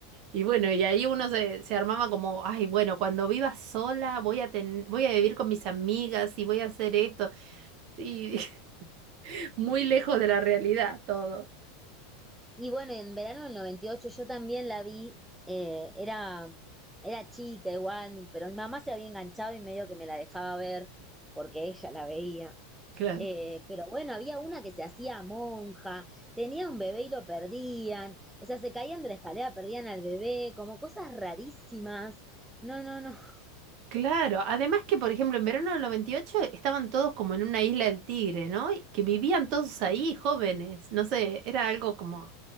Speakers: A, on the right; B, in the centre.
A: y bueno, y ahí uno se, se armaba como, ay, bueno, cuando viva sola voy a ten- voy a vivir con mis amigas y voy a hacer esto. Y <laughs> muy lejos de la realidad todo.
B: Y bueno, en verano del 98 yo también la vi, eh, era, era chica igual, mi- pero mi mamá se había enganchado y medio que me la dejaba ver porque ella la veía.
A: Claro.
B: Eh, pero bueno, había una que se hacía monja, tenía un bebé y lo perdían, o sea, se caían de la escalera, perdían al bebé, como cosas rarísimas. No, no, no, <laughs>
A: Claro, además que por ejemplo en verano del 98 estaban todos como en una isla del Tigre, ¿no? Y que vivían todos ahí, jóvenes, no sé, era algo como,